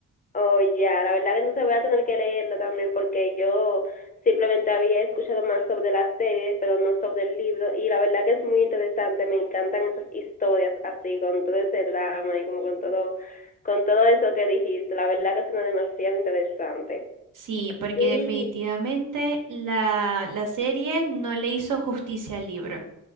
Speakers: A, on the left; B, on the right.
A: Oh, ya, la verdad que entonces voy a tener que leerlo también porque yo simplemente había escuchado más sobre la serie, pero no sobre el libro, y la verdad que es muy interesante, me encantan esas historias así, con todo ese drama y como con todo, con todo eso que dijiste, la verdad que suena demasiado interesante.
B: Sí, porque
A: Sí.
B: definitivamente la, la serie no le hizo justicia al libro.